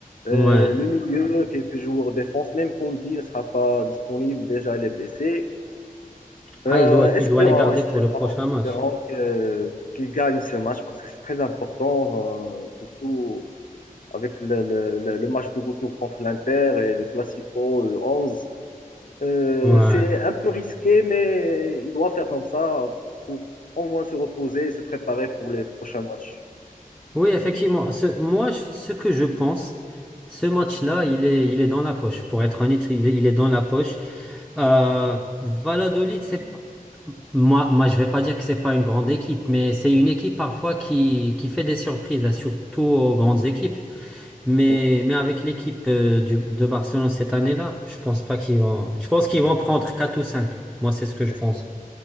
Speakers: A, on the left (about 65°); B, in the centre.
A: Euh,
B: Ouais.
A: le milieu, quelques joueurs défense, même Kondi ne sera pas disponible. Déjà, il est blessé.
B: Ah,
A: Euh,
B: il doit
A: espérons,
B: il doit les garder
A: espérons,
B: pour le prochain match.
A: espérons que, qu'il gagne ce match parce que c'est très important, euh, surtout avec le, le- le- match de retour contre l'Inter et le Classico le 11. Euh,
B: Ouais.
A: c'est un peu risqué, mais il doit faire comme ça pour au moins se reposer et se préparer pour les prochains matchs.
B: Oui, effectivement. Ce, moi, je- ce que je pense, ce match-là, il est il est dans la poche. Pour être honnête, il est, il est dans la poche. Euh, Valladolid, c'est pas- moi, moi, je vais pas dire que c'est pas une grande équipe, mais c'est une équipe parfois qui qui fait des surprises, hein, surtout aux grandes équipes. Mais,
A: Oui,
B: mais avec l'équipe euh, du, de Barcelone cette année-là, je pense pas qu'ils vont. Je pense qu'ils vont prendre 4 ou 5. Moi, c'est ce que je
A: espérons.
B: pense.